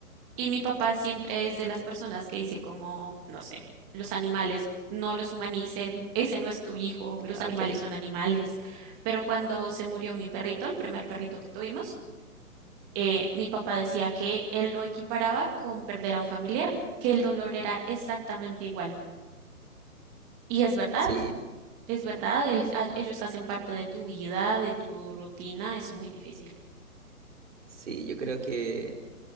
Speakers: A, on the right (about 20°); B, on the right (about 50°).
A: Y mi papá siempre es de las personas que dice como, no sé, los animales no los humanicen, ese no es tu hijo, los
B: Ah,
A: animales
B: ok.
A: son animales. Pero cuando se murió mi perrito, el primer perrito que tuvimos, eh, mi papá decía que él lo equiparaba con perder a un familiar, que el dolor era exactamente igual. Y es verdad,
B: Sí,
A: es verdad, el- a- ellos hacen parte de tu vida, de tu rutina, es muy difícil.
B: Sí, yo creo que